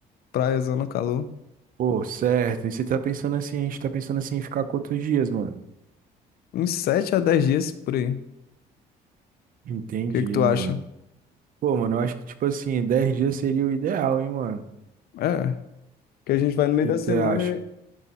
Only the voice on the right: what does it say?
Pô, certo. E você tá pensando assim, a gente tá pensando assim em ficar quantos dias, mano?
Entendi,
mano.
Pô, mano, eu acho que tipo assim, 10 dias seria o ideal, hein, mano?
O que
que
você acha?